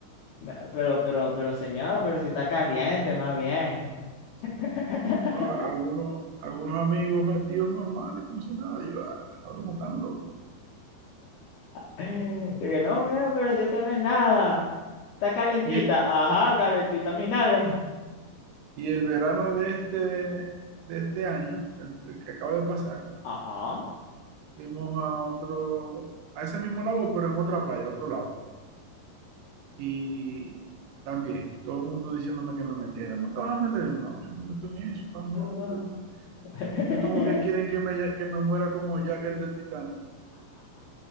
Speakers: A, on the left; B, on the right.
A: "Me- pero, pero, pero señor, pero si está caliente, más bien.
B: Sí.
A: <laughs>
B: No, a- algunos, algunos amigos metidos normales, como si nada. y yo, "Ah, la broma tan loco.
A: Y que no, mira, pero si esto no es nada, está calentita.
B: Y, e-
A: Ajá, calentita mis nalgas.
B: y el verano de este, de este año, el, el que acaba de pasar,
A: <laughs> Ajá.
B: fuimos a otro, a ese mismo lago, pero en otra playa, a otro lado. Y también, todo el mundo diciéndome que me metiera. No te vas a meter. Yo, No, yo no me meto en eso, tan loco.
A: No, no.
B: Ustedes
A: no. <laughs>
B: usted como que quieren que me, ya- que me muera como Jack el del Titanic.